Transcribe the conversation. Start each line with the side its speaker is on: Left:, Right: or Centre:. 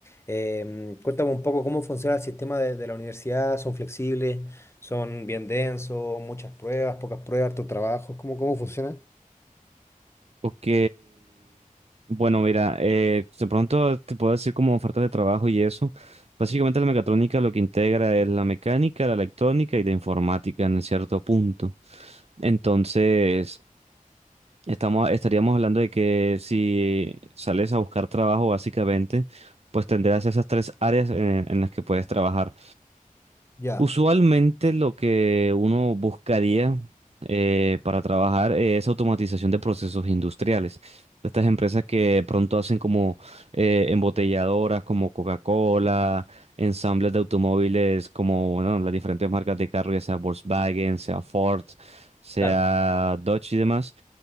Left: Em, cuéntame un poco cómo funciona el sistema de, de la universidad, ¿son flexibles? Son bien densos, muchas pruebas, pocas pruebas, harto trabajo. ¿Cómo, cómo funciona?
Right: Ok, bueno, mira, eh, de pronto te puedo decir como ofertas de trabajo y eso. Básicamente la mecatrónica lo que integra es la mecánica, la electrónica y la informática en cierto punto. Entonces, estamos, estaríamos hablando de que si sales a buscar trabajo, básicamente, pues tendrás esas tres áreas en, en las que puedes trabajar.
Left: Ya,
Right: Usualmente lo que uno buscaría eh, para trabajar es automatización de procesos industriales. Estas empresas que pronto hacen como eh, embotelladoras como Coca-Cola, ensambles de automóviles como bueno, las diferentes marcas de carro, ya sea Volkswagen, sea Ford, sea
Left: Claro,
Right: Dodge y demás.